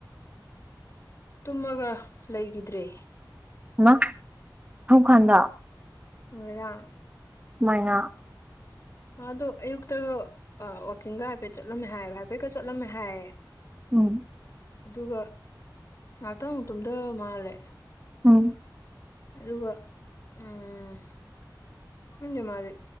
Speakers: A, on the left; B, on the right.
A: ꯇꯨꯝꯃꯒ ꯂꯩꯈꯤꯗ꯭ꯔꯦ
B: UNINTELLIGIBLE
A: ꯉꯥꯔꯥꯡ
B: ꯃꯥꯅ
A: ꯃꯥꯗꯣ ꯑꯌꯨꯛꯇꯒ ꯋꯥ ꯋꯥꯛꯀꯤꯡꯒ ꯍꯥꯏꯐꯦꯠ ꯆꯠꯂꯝꯃꯦ ꯍꯥꯏ ꯍꯥꯏꯐꯦꯠꯀ ꯆꯠꯂꯝꯃꯦ ꯍꯥꯏꯌꯦ
B: ꯎꯪ
A: ꯑꯗꯨꯒ ꯉꯥꯛꯇꯪꯃꯨꯛ ꯇꯨꯝꯙ ꯃꯥꯜꯂꯦ
B: ꯎꯪ
A: ꯑꯗꯨꯒ ꯎꯝ ꯈꯪꯗꯦ ꯃꯥꯖꯤ